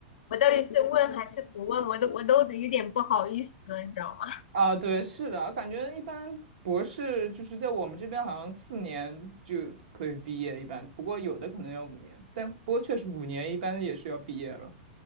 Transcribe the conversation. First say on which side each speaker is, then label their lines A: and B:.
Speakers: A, on the left; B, on the right.
A: 我到底是问还是不问，我都我都有点不好意思了，你知道吗？
B: 啊，对，是的，感觉一般博士就是在我们这边好像四年就可以毕业，一般，不过有的可能要五年，但不过确实五年一般也是要毕业了。